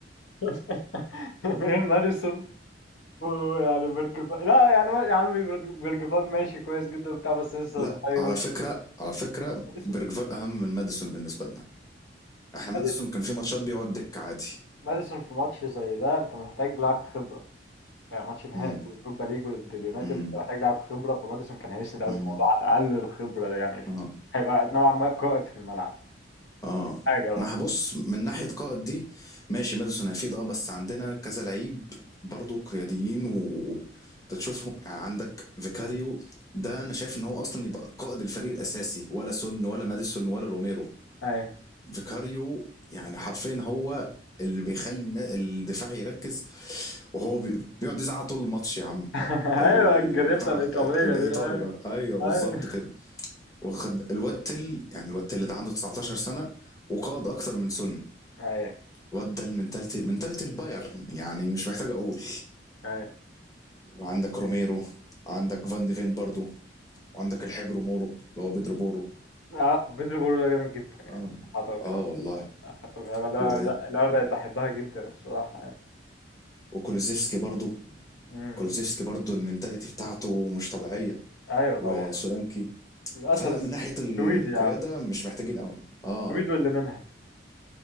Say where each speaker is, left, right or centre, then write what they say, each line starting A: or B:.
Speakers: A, on the left (about 85°); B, on the left (about 20°).
A: <laughs> غير ماديسون ويعني بيرج فال لا يعني يا عمي بيرج فال ماشي كويس جدا وبتاع بس لسه
B: لا
A: صغير
B: على فكرة على فكرة
A: ماديسون
B: بيرجفال أهم من ماديسون بالنسبة لنا احنا ماديسون
A: ماديسون
B: كان في ماتشات بيقعد دك عادي
A: ماديسون في ماتش زي ده انت محتاج لاعب خبرة يعني ماتش نهائي
B: امم
A: اوروبا ليج ضد اليونايتد
B: امم
A: محتاج لاعب خبره فماديسون كان هيسند قوي
B: امم
A: في الموضوع على الاقل الخبره ده يعني
B: اه
A: هيبقى نوعا ما قائد في الملعب
B: اه
A: حاجه بقى
B: ما هبص من ناحية قائد دي ماشي ماديسون هيفيد اه بس عندنا كذا لعيب برضه قياديين و أنت تشوفهم يعني عندك فيكاريو ده انا شايف ان هو اصلا يبقى قائد الفريق الاساسي ولا سون ولا ماديسون ولا روميرو
A: ايوه
B: فيكاريو يعني حرفيا هو اللي بيخلي النا- الدفاع يركز وهو بي- بيقعد يزعق طول الماتش يا عم
A: <laughs> ايوه
B: ال-
A: الجرينتا
B: بتاع
A: الايطاليه
B: الايطالي
A: دي ايوه
B: بقى ايوه بالظبط
A: ايوه
B: كده وخد الواد تل يعني الواد تل ده عنده 19 سنه وقاد اكتر من سن
A: ايوه
B: الواد ده المنتاليتي منتاليتي البايرن يعني مش محتاج اقول
A: ايوه
B: وعندك روميرو عندك فان ديفين برضو وعندك الحجر مورو اللي هو بيدرو بورو
A: اه بيترو بورو ده جامد جدا يعني
B: اه
A: حتى
B: اه والله
A: حتى اللعبه اللي
B: و...
A: انا اللي أنا بقيت بحبها جدا الصراحه يعني.
B: وكولوزيفسكي برضو
A: امم
B: كولوزيفسكي برضو المنتاليتي بتاعته مش طبيعيه
A: ايوه
B: وسولانكي
A: طبعا الاسد
B: فلا
A: السويدي
B: من ناحية القيادة
A: يا عم
B: مش محتاجين قوي اه
A: السويد واللي منها